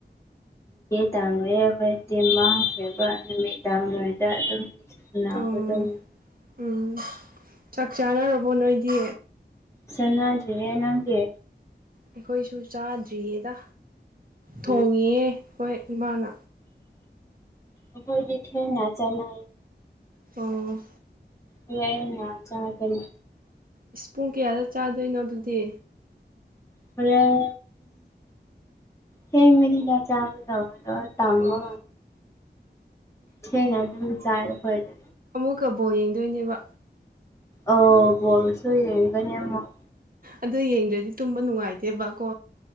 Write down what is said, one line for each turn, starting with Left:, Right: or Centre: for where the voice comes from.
Left: ꯇ ꯑꯩꯈꯣꯏ ꯍꯕꯃꯤ ꯉ ꯑꯗꯨꯝ <unintelligible> ꯂꯕꯗꯝ
Right: ꯑꯥ ꯎꯝ ꯆꯥꯛ ꯆꯥꯅꯔꯕꯣ ꯅꯣꯏꯗꯤ
Left: ꯆꯉꯗ꯭ꯔꯦ ꯅꯪꯗꯤ
Right: ꯑꯩꯈꯣꯏꯁꯨ ꯆꯥꯗ꯭ꯔꯤꯌꯦꯗ ꯊꯣꯡꯉꯦꯌꯦ
Left: ꯎꯝ
Right: ꯍꯣꯏ ꯏꯃꯥꯅ
Left: ꯎꯕꯣꯏꯗꯤꯦ ꯅꯖꯥꯏ
Right: ꯑꯣ
Left: ꯍ ꯆꯥ ꯀꯅꯤ
Right: ꯏꯁꯄꯨꯡ ꯀꯌꯥꯗ ꯆꯥꯗꯣꯏꯅꯣ ꯑꯗꯨꯗꯤ
Left: ꯃꯌꯥꯝ ꯍꯦꯡ ꯃꯅꯤꯗ ꯆꯥꯕꯗꫭ ꯗꫭ ꯊꯝꯕ
Right: ꯑꯣ
Left: ꯊꯦꯡꯅ ꯑꯗꯨꯝ ꯆꯥꯏ ꯑꯩꯈꯣꯏꯗꯤ
Right: ꯑꯃꯨꯛꯀ ꯕꯣꯜ ꯌꯦꯡꯗꯣꯏꯅꯦꯕ
Left: ꯑꫭ ꯕꫭꯜꯁꯨ ꯌꯦꯡꯒꯅꯤ ꯑꯃꯨꯛ
Right: ꯑꯗꯣ ꯌꯦꯡꯗ꯭ꯔꯗꯤ ꯇꯨꯝꯕ ꯅꯨꯡꯉꯥꯏꯇꯦꯕꯀꯣ